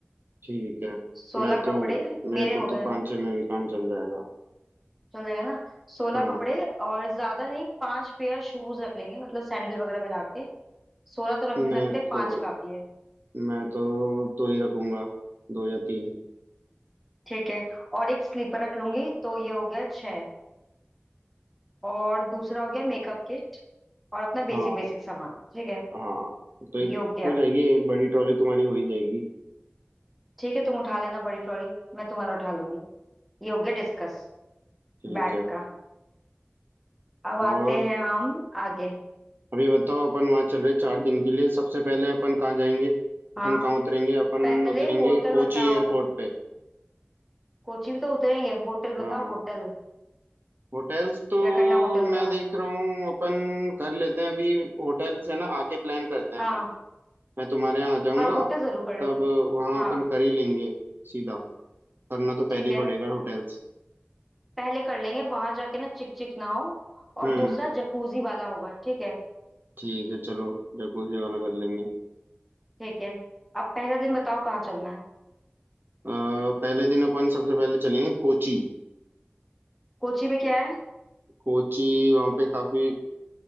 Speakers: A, on the right; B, in the centre.
A: ठीक है
B: सोलह
A: मैं तो
B: कपड़े
A: मेरे
B: मेरे
A: को
B: हो
A: तो
B: गए
A: पाँच छः में भी काम चल जाएगा
B: चल जाएगा ना सोलह
A: हाँ
B: कपड़े और ज्यादा नहीं पांच पेयर शूज रख लेंगे मतलब सैंडल वगैरह मिला के सोलह तो रख
A: मैं
B: नहीं सकते पांच
A: तो
B: काफी है
A: मैं तो दो ही रखूंगा दो या तीन
B: ठीक है और एक स्लीपर रख लूंगी तो ये हो गया छह और दूसरा हो गया मेकअप किट और अपना
A: हाँ
B: बेसिक बेसिक सामान ठीक है
A: हाँ तो एक
B: ये हो गया
A: हो जाएगी एक बड़ी ट्रॉली तुम्हारी हो ही जाएगी
B: ठीक है तुम उठा लेना बड़ी ट्रॉली मैं तुम्हारा उठा लूंगी ये हो गया डिस्कस
A: ठीक
B: बैग
A: है
B: का अब आते
A: और
B: हैं हम आगे
A: अब ये बताओ अपन वहाँ चल रहे चार दिन के लिए सबसे पहले अपन कहाँ जाएंगे अपन
B: हाँ
A: कहाँ उतरेंगे अपन
B: पहले
A: उतरेंगे
B: होटल
A: कोची
B: बताओ
A: एयरपोर्ट पे
B: कोची भी तो उतरेंगे होटल बताओ
A: हाँ
B: होटल
A: होटल्स तो
B: क्या करना है होटल
A: मैं
B: का
A: देख रहा हूँ अपन कर लेते हैं अभी होटल से ना आके प्लान करते हैं
B: हाँ
A: अपन मैं तुम्हारे यहाँ आ जाऊंगा
B: हाँ होटल जरूर कर लो
A: तब वहाँ
B: हाँ
A: अपन कर ही लेंगे सीधा करना तो पहले
B: ठीक
A: ही
B: है
A: पड़ेगा होटल्स
B: पहले कर लेंगे वहां जाके ना चिक चिक ना हो और
A: हम्म
B: दूसरा जकूजी वाला होगा ठीक है
A: ठीक है चलो जकूजी वाला कर लेंगे
B: ठीक है अब पहला दिन बताओ कहाँ चलना है
A: अ, पहले दिन अपन सबसे पहले चलेंगे कोची
B: कोची में क्या है
A: कोची वहाँ पे काफी